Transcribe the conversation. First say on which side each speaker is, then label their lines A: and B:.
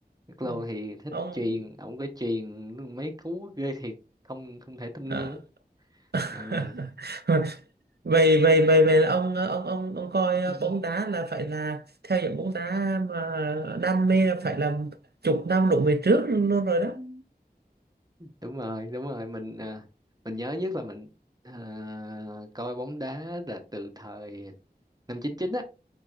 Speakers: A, on the right (about 25°); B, on the right (about 75°).
A: Pirlo
B: Ừ.
A: thì thích
B: ông
A: chuyền ổng cái chuyền mấy cú ghê thiệt không không thể tin
B: à.
A: luôn á
B: <laughs>
A: Ờ,
B: vậy vậy vậy vậy là ông ông ông ông coi
A: <clears throat>
B: bóng đá là phải là theo dõi bóng đá mà đam mê là phải là chục năm đổ về trước luôn rồi đó
A: Ừ. đúng rồi đúng rồi mình ờ, mình nhớ nhất là mình ờ, coi bóng đá là từ thời năm chín chín á